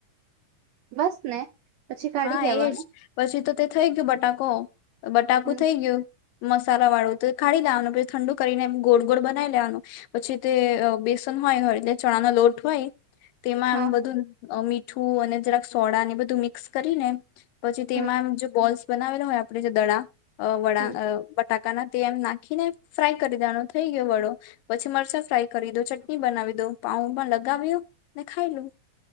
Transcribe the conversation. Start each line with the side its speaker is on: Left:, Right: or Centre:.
Right: બસ ને. પછી કાઢી
Left: હા
Right: લેવાનું
Left: એજ પછી તો તે થઈ ગયું બટાકો. બટાકુ
Right: હમ
Left: થઇ ગયું. મસાલા વાળું તો કાઢી લેવાનું પછ ઠંડુ કરીને ગોળ ગોળ બનાવી લેવાનું, પછી તે બેસન હોય હોય એટલે ચણા નો લોટ હોય. તેમાં
Right: હા
Left: એમ બધું મી છું અને જરાક સોડા ને બધું મિક્સ કરીને, પછી તેમાં
Right: હમ
Left: જે બોલ્સ બનાવેલો હોય આપણે જે દડા અ વડા
Right: હમ
Left: અ બટાકા. કા ના તેમ નાખીને ફ્રાય કરી દેવાનો થઈ ગયો વડો, પછી મરચા ફ્રાય કરી દો, ચટણી બનાવી દો પાઉ પણ લગાવ્યું ને ખાઈ લું.